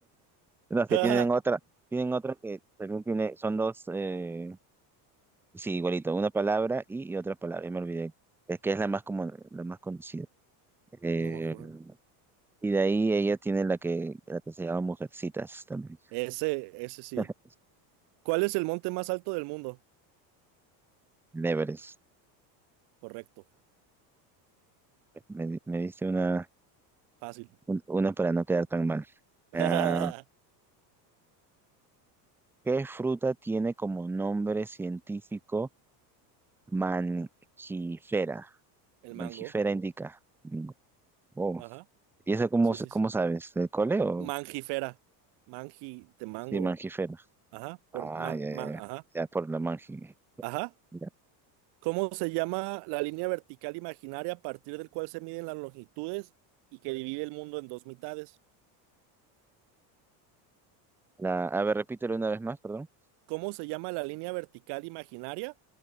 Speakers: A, in the centre; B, on the right.
A: los que
B: <laughs>
A: tienen otra, tienen otra que también tiene, son dos, eh, sí, igualito, una palabra y, y otra palabra, ya me olvidé. Es que es la más común, la más conocida. Eh,
B: No me acuerdo.
A: y de ahí ella tiene la que, la que se llama Mujercitas también.
B: Ese, ese sí.
A: <laughs>
B: ¿Cuál es el monte más alto del mundo?
A: Leveres.
B: Correcto,
A: Me, di- me diste una,
B: fácil.
A: un- una para no quedar tan mal. Ah,
B: <laughs>
A: ¿qué fruta tiene como nombre científico mangifera?
B: El
A: Mangifera
B: mango.
A: indica. Mm, Oh.
B: Ajá,
A: ¿Y eso cómo,
B: sí,
A: se-
B: sí.
A: cómo
B: sí.
A: sabes? ¿Del cole o
B: Mangifera. Mangi de mango.
A: sí, mangifera?
B: Ajá, por
A: Ah,
B: ma,
A: ya,
B: ma,
A: ya, ya.
B: ajá,
A: Ya, por la mangi.
B: ajá.
A: ya.
B: ¿Cómo se llama la línea vertical imaginaria a partir del cual se miden las longitudes y que divide el mundo en dos mitades?
A: La, a ver, repítelo una vez más, perdón.
B: ¿Cómo se llama la línea vertical imaginaria